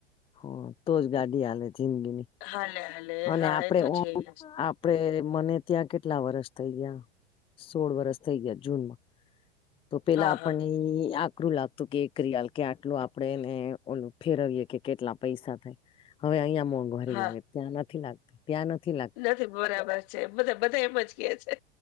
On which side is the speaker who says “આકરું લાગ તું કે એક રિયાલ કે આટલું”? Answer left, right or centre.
Left